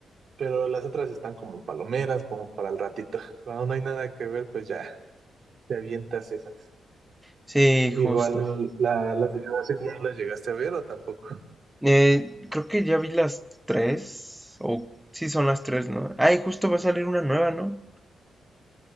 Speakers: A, on the right; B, in the centre.
A: pero las otras están como palomeras, como para el ratito. Cuando no hay nada que ver, pues ya te avientas esas.
B: Sí,
A: Igual
B: justo.
A: la, la de Jurassic World las llegaste a ver o tampoco.
B: Eh, creo que ya vi las tres. O sí son las tres, ¿no? Ay, justo va a salir una nueva, ¿no?